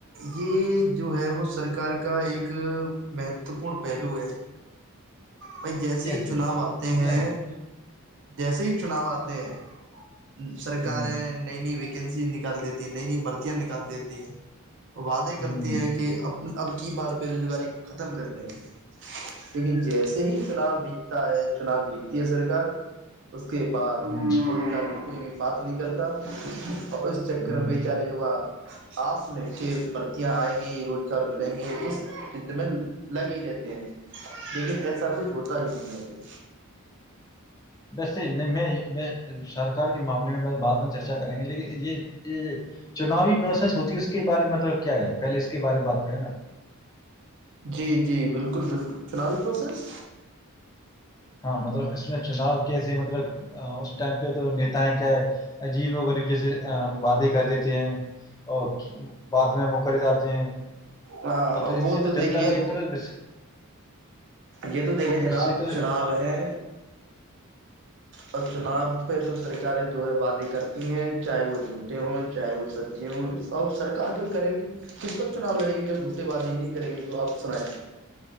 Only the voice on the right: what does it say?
یہ جو ہے وہ سرکار کا ایک مہتوپورن پہلو ہے بھائی جیسے
ہی چناؤ آتے
ہیں
جیسے ہی چناؤ آتے ہیں سرکیں
نئی نئی ویکنسیز نکال دیتی ہیں نئی نئی برتیاں نکال دیتی ہیں وعدے
کرتی ہیں کہ اب کی بار بے روزگاری کو ختم کر دیں گے لیکن جیسے ہی چناب بھی ہے چناؤ جیتتی ہے سرکار اس کے بعد
کوئی بھی بات نہیں کرتا تا اور اس چکر
میں
بی چار یوا آس میں کے بھرتیاں آئیں گی روزگار ملیں گے اس د میں لگے ہی رہتے ہیں لیکن ایسا کچھ ہوتا ہی نہیں ہے پھر
جی جی بالکل بالکل چناوی پروسیس
ہاں
وہ
تو
دیکھیے
یہ تو دیکھے جناب
چناؤ ہے اور چناؤ پہ تو سرکاریں جو ہے وعدے کرتی ہیں چاہے وہ جھوٹے ہوں چاہے وہ سچے ہوں اور سرکار جو کرے گی کس وقت چناؤ لڑے گی جب جھوٹے وعدے ہی نہیں کرے گی تو آپ سنیں